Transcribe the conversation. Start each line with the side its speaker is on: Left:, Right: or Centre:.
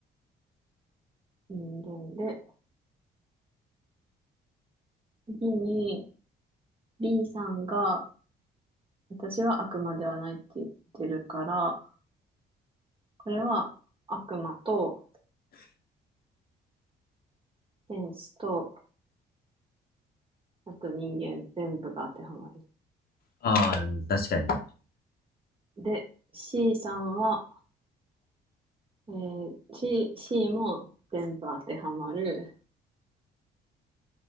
Right: 人間で、次に B さんが、私は悪魔ではないって言ってるから、これは悪魔と天使と、あと人間全部が当てはまる。
Left: ああ、確かに。
Right: で、C さんは、えー、C、C も全部当てはまる。